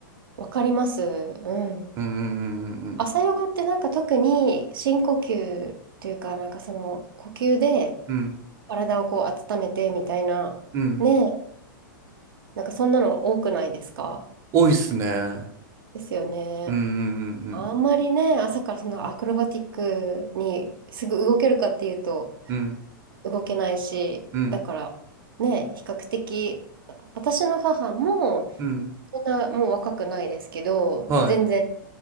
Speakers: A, on the right; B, on the right.
A: わかります。うん。
B: うんうんうん
A: 朝ヨガってなんか特に深呼吸というか、なんかその呼吸で
B: うんうん。
A: 体をこう温めてみたいな、
B: うんうん。
A: ねなんかそんなの多くないですか
B: 多いっすね。
A: ですよね。
B: うんう
A: あんまりね、
B: ん
A: 朝からそんなアクロバティックにすぐ動けるかっていうと
B: うんうん。
A: 動けないし、
B: うん
A: だからね、比較的、私の母も
B: うんうん。
A: そんなもう若くないですけど、
B: はい。
A: 全然